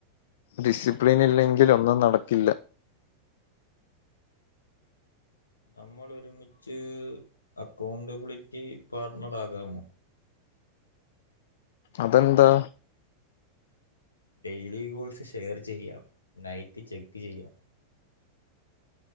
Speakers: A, on the left (about 55°); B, on the left (about 75°).
A: ഡിസിപ്ലിൻ ഇല്ലെങ്കിൽ ഒന്നും നടക്കില്ല
B: നമ്മൾ ഒരുമിച്ച് അക്കൗണ്ടബിലിറ്റി പാർട്ണർ ആകാമോ
A: അതെന്താ
B: ഡെയിലി ഗോൾസിഷ് ഷെയർ ചെയ്യാം നൈറ്റ് ചെക്ക് ചെയ്യാം